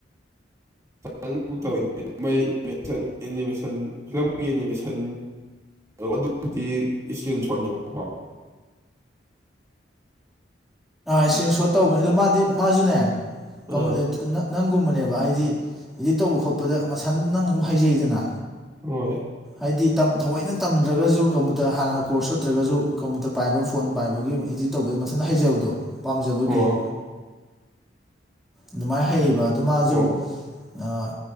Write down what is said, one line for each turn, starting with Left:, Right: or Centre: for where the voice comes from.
Right: <unintelligible> ꯑꯦꯅꯤꯃꯦꯁꯟ ꯐꯤꯂꯝꯒꯤ ꯑꯦꯅꯤꯃꯦꯁꯟ ꯑꯗꯨꯕꯨꯗꯤ ꯏꯁꯀ꯭ꯔꯤꯟ ꯁꯣꯠꯅꯦꯕꯀꯣ
Centre: ꯏꯁꯀ꯭ꯔꯤꯟ ꯁꯣꯠ ꯇꯧꯕꯅꯦ ꯑꯗꯣ ꯃꯥꯗꯤ ꯃꯥꯁꯨꯅꯦ
Right: ꯑꯥ
Centre: ꯀꯃꯨꯂꯦ <unintelligible> ꯅꯪꯒꯨꯝꯕꯅꯦꯕ ꯍꯥꯏꯗꯤ ꯏꯗꯤꯠ ꯇꯧꯕ ꯈꯣꯠꯄꯗ ꯃꯁꯟ ꯅꯪ ꯑꯗꯨꯝ ꯍꯩꯖꯩꯗꯅ
Right: ꯍꯣꯏ
Centre: ꯍꯥꯏꯗꯤ ꯇꯝ ꯊꯑꯣꯏꯅ ꯇꯝꯗ꯭ꯔꯒꯁꯨ ꯀꯝꯄꯨꯇꯔ ꯍꯥꯟꯅ ꯀꯣꯔꯁ ꯆꯠꯇ꯭ꯔꯒꯁꯨ ꯀꯝꯄꯨꯇꯔ ꯄꯥꯏꯕ ꯐꯣꯟ ꯄꯥꯏꯕꯒꯤ ꯏꯗꯤꯠ ꯇꯧꯕꯗꯣ ꯃꯊꯟꯗ ꯍꯩꯖꯕꯗꯣ ꯄꯥꯝꯖꯕꯒꯤ
Right: ꯑꯣ
Centre: ꯑꯗꯨꯃꯥꯏꯅ ꯍꯩꯕ ꯑꯗꯨ ꯃꯥꯁꯨ
Right: ꯑꯣ
Centre: ꯑꯥ